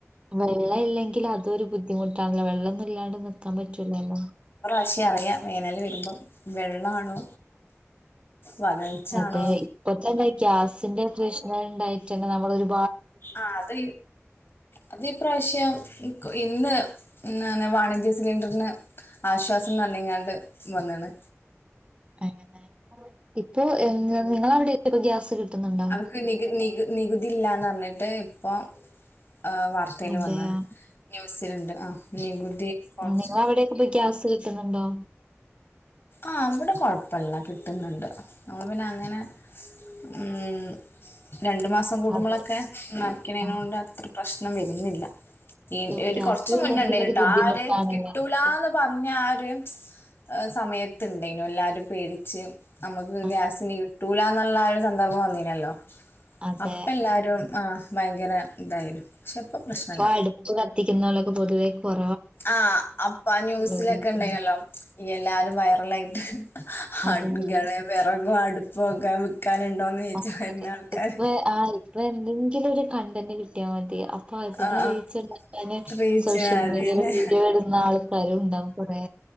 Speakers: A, on the right (about 25°); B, on the left (about 50°).
A: വെള്ളം ഇല്ലെങ്കിൽ അതുമൊരു ബുദ്ധിമുട്ടാണല്ലോ? വെള്ളൊന്നു ഇല്ലാണ്ട് നിക്കാൻ പറ്റൂലല്ലോ
B: പക്ഷെ അറിയാം വേനല് വരുമ്പം വെള്ളാണോ വരൾച്ചാണോ
A: അതെ ഇപ്പൊ തന്നെ ഗ്യാസിന്റെ പ്രശ്നണ്ടായിട്ട് തന്നെ നമ്മളൊരു
B: ആ അത് അതീ പ്രാവശ്യം ഇന്ന് വാണിജ്യ സിലിണ്ടറിന് ആശ്വാസംന്ന് പറഞ്ഞിങ്ങാണ്ട് വന്ന്ണ്
A: ഏഹ് ഇപ്പൊ നിങ്ങളവിടെ ഗ്യാസ് കിട്ടുന്നുണ്ടോ
B: അവർക്ക് നികു നികു നികുതി ഇല്ലാന്ന് പറഞ്ഞിട്ട് ഇപ്പൊ ആ വാർത്തേല്
A: അതെയാ
B: വന്ന്ണ്. ന്യൂസില്ണ്ട് ആ നികുതി കൊർച്ച്
A: ആ നിങ്ങളവിടെയൊക്കെ ഇപ്പൊ ഗ്യാസ് കിട്ടുന്നുണ്ടോ
B: ആഹ് ഇവിടെ കൊഴപ്പല്ല കിട്ടുന്നുണ്ട്. നമ്മള് പിന്നെ അങ്ങനെ ഉം രണ്ടു മാസം കൂടുമ്പോളൊക്കെ
A: അതെ
B: നെറക്കണേനോണ്ട്
A: ആ
B: അത്ര പ്രശ്നം വരുന്നില്ല
A: നമുക്ക്
B: ഏ എട്
A: ഗ്യാസും
B: കൊറച്ച് മുന്നെ
A: ഇല്ലെങ്കിലൊരു
B: ഇണ്ടേനുട്ടാ
A: ബുദ്ധിമുട്ടാണല്ലോ
B: ആ ഒര് കിട്ടൂലാന്ന്
A: നമുക്ക്
B: പറഞ്ഞ ആ ഒര് ഈഹ് സമയത്ത്ണ്ടേനു എല്ലാരും പേടിച്ച് നമ്മക്ക്
A: ആ
B: ഗ്യാസ് ഇനി കിട്ടൂലാന്ന് നല്ല ഒരു സന്ദർഭം വന്നിനല്ലോ?
A: അതെ
B: അപ്പ എല്ലാരും ആ ഭയങ്കര ഇതായിനു പക്ഷെ ഇപ്പൊ പ്രശ്നല്ല.
A: ഇപ്പ അടുപ്പ് കത്തിക്ക്ന്നോലൊക്കെ പൊതുവേ കൊ
B: ആഹ് അപ്പ ന്യൂസിലൊക്കെ
A: ഉപയോഗിക്കുന്നു
B: ഇണ്ടേനല്ലോ എല്ലാരും വയറലായിട്ട്.
A: അതെ
B: അടുക്കളേ
A: അതെ
B: വെറകും അടുപ്പൊക്കെ വിക്കാനുണ്ടോന്ന് ചോയിച്ച്
A: അതെ
B: വരുന്ന ആൾക്കാര്.
A: ഇപ്പ ആ ഇപ്പ എന്തെങ്കിലും ഒരു കണ്ടന്റ് കിട്ടിയാ മതി. അപ് പ്പൊ അതിന്
B: ആഹ് ആഹ്
A: റീച്ചുണ്ടാക്കാന്
B: റീച്ച്
A: സോഷ്യൽ
B: അതന്നെ.
A: മീഡിയേല് വീഡിയോ ഇടുന്ന ആൾക്കാരും ഇണ്ടാവും കൊറേ